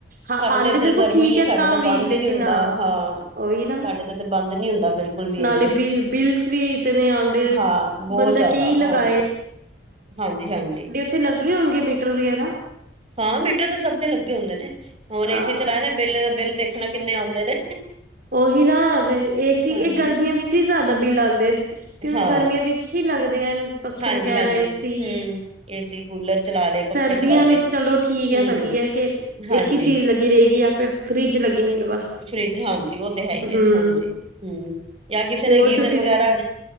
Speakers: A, on the right; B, on the right.
A: ਹਾਂ
B: ਸਾਡੇ
A: ਹਾਲੇ
B: ਇਧਰ
A: ਦੇਖੋ
B: ਗਰਮੀ
A: ਠੀਕ ਹੈ
B: ਸਾਡਾ ਤਾਂ
A: ਵੀ
B: ਬੰਦ
A: ਲੇਕਿਨ
B: ਹੀ ਨਹੀਂ ਹੁੰਦਾ ਹਾਂ
A: ਉਹੀ ਨਾ
B: ਸਾਡੇ ਤੇ ਤਾ ਬੰਦ ਨਹੀਂ ਹੁੰਦਾ ਬਿ ਬਿਲਕੁਲ
A: ਨਾਲੇ
B: ਅਸੀਂ
A: ਬਿ ਬਿਲਸ ਵੀ ਇਤਨੇ ਆਉਂਦੇ ਹਨ
B: ਹਾਂ ਬਹੁਤ
A: ਬੰਦਾ
B: ਜਿਆਦਾ
A: ਕਈ ਲਗਾਏ
B: ਹਾਂਜੀ ਹਾਂਜੀ ਹਾਂਜੀ
A: ਇਥੇ ਲੱਗੇ ਹੋਗੇ ਮੀਟਰ ਵਗੈਰਾ
B: ਹਾਂ ਮੀਟਰ ਤਾਂ ਸਭ ਦੇ ਲੱਗੇ ਹੁੰਦੇ ਨੇ ਹੁਣ
A: ਹਾਂ
B: ਏਸੀ ਚਲਾਇਆ ਏ ਬਿੱਲ ਬਿੱਲ ਦੇਖਣਾ ਕਿੰਨੇ ਆਉਂਦੇ ਨੇ
A: ਉਹੀ ਨਾ ਏਸੀ
B: ਹਾਂਜੀ
A: ਇਹ ਗਰਮੀਆਂ ਵਿੱਚ ਹੀ ਜ਼ਿਆਦਾ ਬਿੱਲ ਆਉਂਦੇ ਕਿਉਂਕਿ
B: ਹਾਂ
A: ਗਰਮੀਆਂ ਵੀ ਹੀ ਲੱਗਦੇ ਹਨ ਪੱਖੇ
B: ਹਾਂਜੀ
A: ਵਗੈਰਾ
B: ਹਾਂਜੀ
A: ਏਸੀ
B: ਹਮ ਏਸੀ ਕੂਲਰ ਚਲਾ ਲਏ
A: ਸਰਦੀਆਂ
B: ਪੱਖੇ ਚਲਾ
A: ਵਿੱਚ
B: ਲਏ
A: ਚਲੋ ਠੀਕ ਹੈ
B: ਹਮ
A: ਵਧੀਆ ਕਿ
B: ਹਾਂਜੀ
A: ਇੱਕ ਹੀ ਚੀਜ਼ ਲੱਗੀ ਰਹੇਗੀ ਜਾਂ ਫਿਰ ਫਰਿਜ ਲੱਗੀ ਰਹੇਗਾ ਬਸ
B: ਫਰਿਜ ਹਾਂਜੀ ਉਹ ਤੇ ਹੈ ਹੀ
A: ਹਮ
B: ਹੈ ਹਾਂਜੀ ਹੂੰ ਜਾਂ ਕਿਸੇ
A: ਹੋਰ
B: ਨੇ ਗੀਜ਼ਰ
A: ਤੁਸੀਂ
B: ਵਗੈਰਾ <unintelligible>